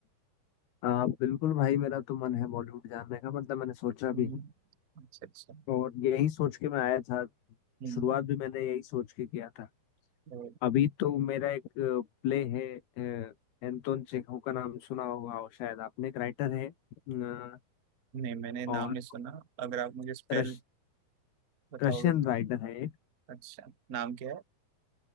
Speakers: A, on the left; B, on the right.
A: आ, बिल्कुल भाई मेरा तो मन है बॉलीवुड जाने का मतलब मैंने सोचा
B: हम्म,
A: भी है
B: अच्छा अच्छा
A: और यही सोच के मैं आया था
B: हम्म
A: शुरुआत भी मैंने यही सोच के किया था
B: तो
A: अभी तो मेरा एक प्ले है अ, एंटोन चेखव का नाम सुना होगा और शायद आपने एक राइटर है अ,
B: नहीं मैंने नाम
A: और
B: नहीं सुना अगर आप मुझे स्पेल
A: रश,
B: बताओगे
A: रशियन राइटर है एक,
B: तो अच्छा नाम क्या